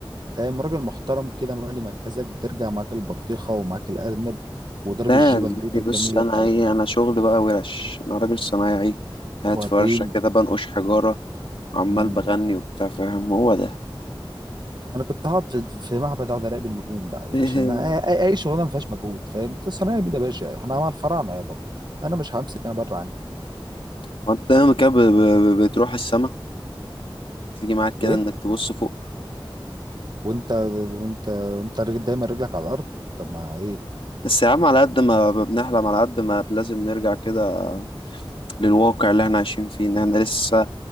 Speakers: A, on the right; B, on the left.
A: فاهم راجل محترم كده مالي مركزك بترجع معاك البطيخة ومعاك الأرنب وضرب
B: لا
A: الجيبة
B: يا زميلي
A: البيضة الجميلة
B: بص أنا
A: بتاعتنا
B: إيه أنا شغل بقى ورش أنا راجل صنايعي قاعد
A: وريني
B: في ورشة كده بنقش حجارة وعمال
A: مم.
B: بغني وبتاع فاهم هو ده
A: أنا كنت هقعد في, في معبد أقعد أراقب النجوم بقى
B: <laughs>
A: عشان أ- أ- أي شغلانة ما فيهاش مجهود فاهم أنت صنايعي بيه يا باشا أنا مع الفراعنة يابا أنا مش همسك أنا بره عني
B: وأنت ياما كده ب- ب- ب- بتروح السما تيجي معاك كده
A: وإيه
B: إنك تبص فوق
A: وأنت وأنت وأنت رجل- دايما رجلك على الأرض طب ما
B: بس يا عم على قد ما بنحلم على قد ما لازم نرجع كده للواقع اللي احنا عايشين فيه ان احنا لسه